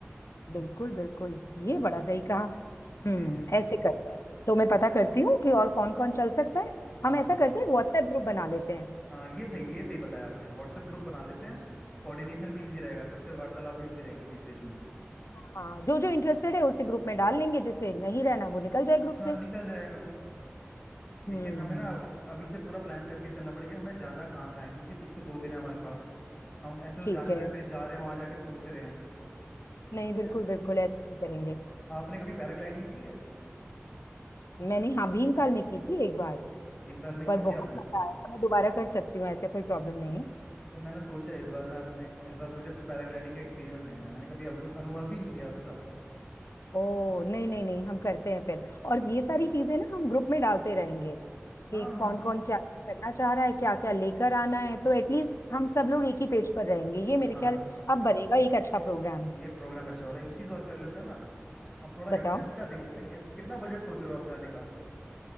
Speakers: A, on the left; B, in the centre.
A: बिल्कुल बिल्कुल ये
B: हाँ
A: बड़ा सही कहा
B: हाँ
A: हम्म
B: जी जी जी
A: ऐसे करते हैं तो मैं पता करती हूँ कि और कौन कौन चल सकता है
B: हाँ
A: हम ऐसा
B: हाँ
A: करते हैं व्हाट्सएप ग्रुप बना लेते हैं
B: हाँ ये सही ये सही बताया आपने व्हाट्सएप ग्रुप बना लेते हैं कोऑर्डिनेशन में इजी रहेगा सबसे वार्तालाप भी होती रहेगी बीच बीच में
A: हाँ जो जो इंटरेस्टेड है उसे ग्रुप में डाल लेंगे जिसे नहीं रहना वो निकल जाए ग्रुप
B: हाँ
A: से
B: निकल जाएगा लेकिन
A: हम्म
B: हमें ना अभी से पूरा प्लान करके चलना पड़ेगा हमें जाना कहाँ कहाँ है क्योंकि एक तो दो दिन है हमारे पास हम ऐसे तो
A: ठीक
B: जा नहीं
A: है
B: सकते जा रहे हैं वहाँ जाके सोच रहे हैं
A: नहीं
B: ठीक
A: बिल्कुल
B: है
A: बिल्कुल ऐसा ही करेंगे
B: आपने कभी पैराग्लाइडिंग की है
A: मैंने हाँ भीमताल में की थी एक बार
B: भीमताल में
A: पर
B: की
A: बहुत
B: थी आपने
A: मजा आया था मैं दोबारा कर सकती हूँ ऐसे कोई प्रॉब्लम नहीं है
B: हाँ तो मैंने सोचा है इस बार मैं अपने इस बार मुझे पैराग्लाइडिंग का एक्सपीरियंस लेना है मैंने कभी अनु- अनुभव ही नहीं लिया उसका
A: ओ नहीं नहीं नहीं हम करते हैं फिर और ये सारी चीजें ना हम ग्रुप में डालते रहेंगे
B: हाँ
A: कि कौन
B: हाँ
A: कौन क्या क्या करना चाह रहा है क्या क्या लेकर आना है तो एटलीस्ट हम सब लोग एक ही पेज पर रहेंगे ये मेरे
B: हाँ
A: ख्याल अब बनेगा एक अच्छा प्रोग्राम
B: ये प्रोग्राम अच्छा हो रहा है एक चीज़ और कर लेते हैं ना हम थोड़ा
A: बताओ
B: एक्सपेंस का देख लेते हैं कि- कितना बजट सोच रहे हो आप जाने का